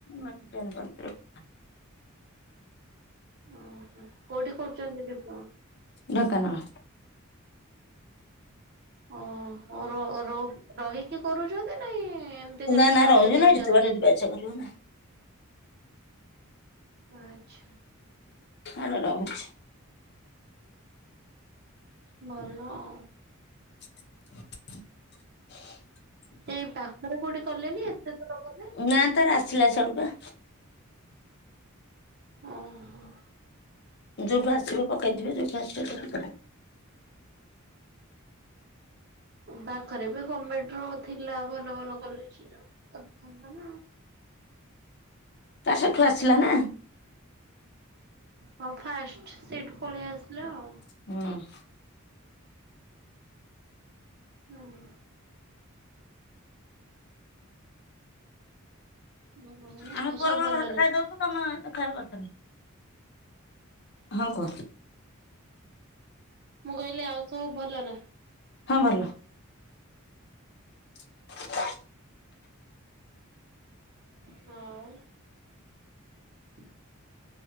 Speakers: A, on the left; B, on the right.
A: ମେ ତନ୍ଦି <unintelligible>
B: ଓ ହଁ କୋଉଠି କରୁଛନ୍ତି ଡିପ୍ଲୋମା?
A: ଢ଼େଙ୍କାନାଳ।
B: ଓ ହଁ ର ରୋ ରହିକି କରୁଛନ୍ତି ନାଇଁ ଏ ଏମିତି
A: ନା
B: ଖାଲି
A: ନା
B: ଯାଉଛନ୍ତି
A: ରହିବ ନା
B: ଏଜାମ
A: ଏତେ ବାଟ
B: ଦେଇକି।
A: ଯିବା ଆସିବା କରିବ ନା
B: ଆଛା।
A: ଆଲୋ ରହୁଛି।
B: ଭଲ ଆଉ।
A: <inaudible>
B: ଏ ପାଖରେ କୋଉଠି କଲେନି ଏତେ ଦୂର କଲେ?
A: ନା ତାର ଆସିଲା ସେଇଆଡୁପା।
B: ଆଁ ହଁ।
A: ଯୋଉଠୁ ଆସିବ ପକେଇଥିବେ ଯଉଠୁ ଆସିବ ଟିକ <unintelligible>
B: ପାଖରେ ବି ଗମେଟର ଥିଲା ଭଲ ଭଲ କରିଥାତା ନା <inaudible>
A: ତା ସେଠୁ ଆସିଲା ନା।
B: ହଁ ଫାଷ୍ଟ ସେଠୁ ପଳେଇ ଆସିଲ ଆଉ।
A: ହୁଁ।
B: ହୁଁ ହୁଁ। ଭଲ ନା
A: ଆମେ
B: ଆଉ
A: ପୁଅର
B: ସବୁ
A: ମୋର
B: ଭଲ
A: ଭାତ
B: ନା।
A: ଖାଇଦଉଛୁ ତମେ ଦେଖବା କରି ହଁ କୁହ।
B: ମୁଁ କହିଲି ଆଉ ସବୁ ଭଲ ନା।
A: ହଁ ଭଲ। ହ <unintelligible>
B: ହଁ <unintelligible> ହୁଁ।